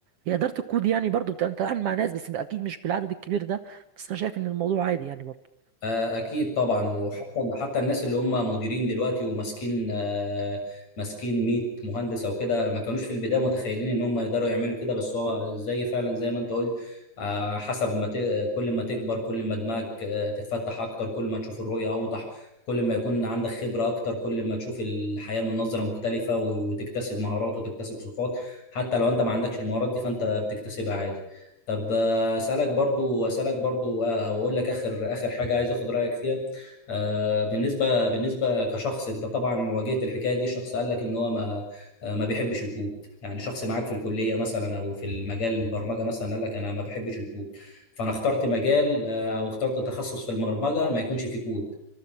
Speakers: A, on the right; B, on the left.
A: هي إدارة الكود يعني برضه بتبقى أنت بتتعامل مع ناس بس أكيد مش بالعدد الكبير ده بس أنا شايف إن الموضوع عادي يعني برضه
B: آه، أكيد طبعا وحتى حتى الناس اللي هم مديرين دلوقتي وماسكين آه، ماسكين 100 مهندس أو كده ما كانوش في البداية متخيلين إن هم يقدروا يعملوا كده بس هو زي فعلا زي ما أنت قلت آه، حسب ما ت... كل ما تكبر كل ما دماغك آه، تتفتح أكتر كل ما تشوف الرؤية أوضح كل ما يكون عندك خبرة أكتر كل ما تشوف الحياة من نظرة مختلفة و- وتكتسب مهارات وتكتسب صفات حتى لو أنت ما عندكش المهارات دي فأنت بتكتسبها عادي طب آه، اسالك برضو اسالك برضو آه، او اقول لك اخر اخر حاجه عايز اخد رايك فيها آه، بالنسبه بالنسبه كشخص انت طبعا واجهت الحكايه دي شخص قال لك ان هو ما آه، ما بيحبش الكود يعني شخص معاك في الكليه مثلا او في المجال البرمجه مثلا قال لك انا ما بحبش الكود فانا اخترت مجال آه، او اخترت تخصص في البرمجه ما يكونش فيه كود